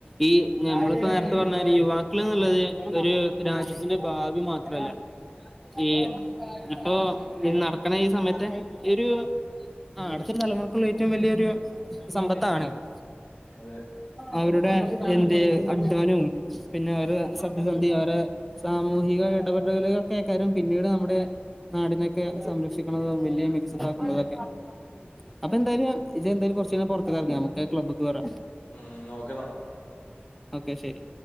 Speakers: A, in the centre; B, on the left.
A: ഈ നമ്മളിപ്പോ നേരത്തെ പറഞ്ഞമാതിരി യുവാക്കൾ എന്നുള്ളത് ഒരു രാജ്യത്തിന്റെ ഭാവി മാത്രല്ല ഈ ഇപ്പൊ ഈ നടക്കണ ഈ സമയത്തെ ഈ ഒരു ആ അടുത്തൊരു തലമുറക്കുള്ള ഏറ്റവും വലിയൊരു സമ്പത്താണ് <inaudible>
B: അതെ
A: അവരുടെ എന്ത് അധ്വാനവും പിന്നെ വേറെ സത്യസന്ധി അവരെ സാമൂഹിക ഇടപെടലുകളൊക്കെ കാര്യം പിന്നീട് നമ്മുടെ നാടിനൊക്ക സംരക്ഷിക്കണത് വല്യ മികച്ചതാക്കുന്നതൊക്കെ അപ്പെന്തായാലും ഇജ്ജ് എന്തായാലും കുറച്ച് നേരം പുറത്തേക്ക്റെങ്ങ് ഞമ്മക്ക് ക്ലബ്‌ക്‌വരാ
B: ഉം നോക്ന്നോ
A: ഓക്കെ ശരി